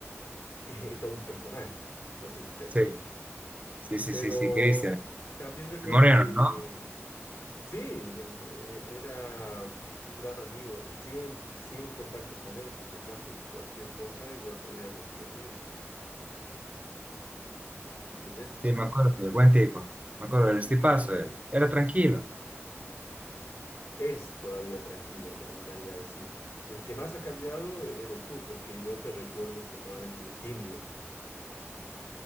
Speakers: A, on the left; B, on the right.
A: <laughs> todo un personaje, no sé si te acuerdas.
B: Sí, sí, sí,
A: Pero
B: sí, sí, Cristian.
A: también recuerdo
B: El Moreno,
A: que
B: ¿no?
A: sí, él, eh, era un gran amigo. Sigo en, sigo en contacto con él por si acaso, cualquier cosa, igual podríamos reunirnos. ¿Entiendes?
B: Sí, me acuerdo, el buen tipo. Me acuerdo del estipazo, él. Era tranquilo.
A: Es todavía tranquilo, me animaría a decir. El que más ha cambiado eres tú, porque yo te recuerdo como alguien tímido.